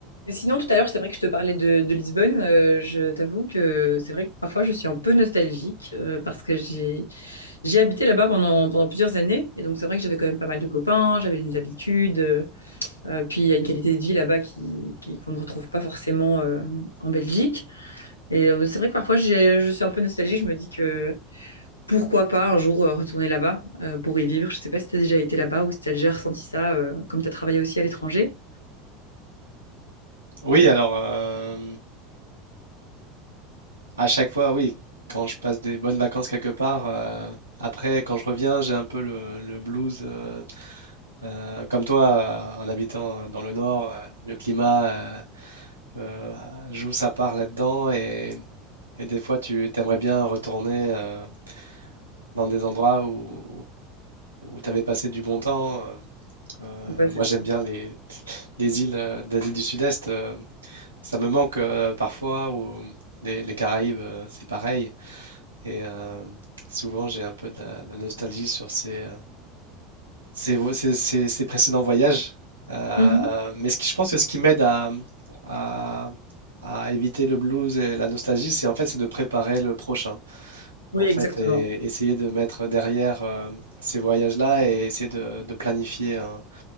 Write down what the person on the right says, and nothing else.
Oui, alors euh, à chaque fois, oui, quand je passe des bonnes vacances quelque part, euh, après quand je reviens, j'ai un peu le, le blues, euh, euh, comme toi, euh, en habitant dans le nord, euh, le climat euh, euh, joue sa part là-dedans et, et des fois tu t'aimerais bien retourner euh, dans des endroits où, tu avais passé du bon temps. euh. Euh,
moi,
j'aime bien les, les îles euh, d'Asie du Sud-Est, euh, ça me manque euh, parfois, ou les, les Caraïbes, euh, c'est pareil. Et euh, souvent, j'ai un peu de la, de la nostalgie sur ces, euh, ces, vo- ces- ces- ces précédents voyages. Euh,
mais ce qui, je pense que ce qui m'aide à, à- à éviter le blues et la nostalgie, c'est en fait c'est de préparer le prochain.
En fait,
et essayer de mettre derrière euh, ces voyages-là et essayer de, de planifier un,